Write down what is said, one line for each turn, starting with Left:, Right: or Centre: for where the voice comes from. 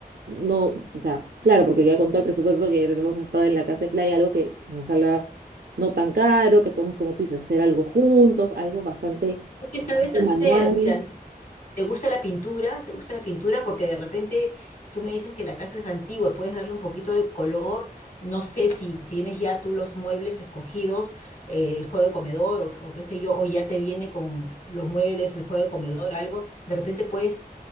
Right: no, o sea, claro, porque ya con todo el presupuesto que tenemos gastado en la casa de playa, algo que, que nos salga no tan caro, que podemos, como tú dices, hacer algo juntos, algo bastante,
Left: ¿Tú qué
Right: bastante
Left: sabes hacer?
Right: manual,
Left: Mira, ¿Te gusta la pintura? ¿Te gusta la pintura? Porque de repente tú me dices que la casa es antigua, puedes darle un poquito de color. No sé si tienes ya tú los muebles escogidos, eh, el juego de comedor o, o qué sé yo, o ya te viene con los muebles, el juego de comedor, algo. De repente puedes